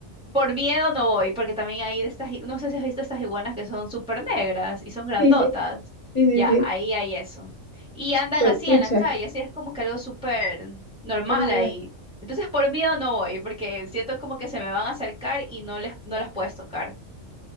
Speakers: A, in the centre; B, on the left.
A: por miedo no voy, porque también hay de estas, i- no sé si has visto estas iguanas que son súper negras y son grandotas.
B: sí, sí, sí, sí,
A: Ya,
B: sí,
A: ahí hay eso. Y andan
B: Pues,
A: así
B: pucha,
A: en la calle, así es como que algo súper normal
B: animal.
A: ahí. Entonces, por miedo no voy, porque siento como que se me van a acercar y no les, no las puedes tocar.